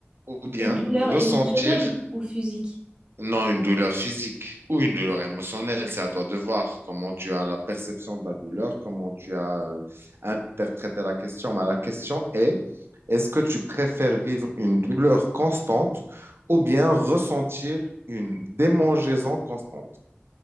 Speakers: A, on the right (about 70°); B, on the right (about 20°).
A: ou bien
B: des douleurs
A: ressentir
B: émotionnelles ou physiques
A: Non, une douleur physique ou une douleur émotionnelle, c'est à toi de voir comment tu as la perception de la douleur, comment tu as euh, interprété la question. Mais la question est, est-ce que tu préfères vivre une douleur constante ou bien ressentir une démangeaison constante?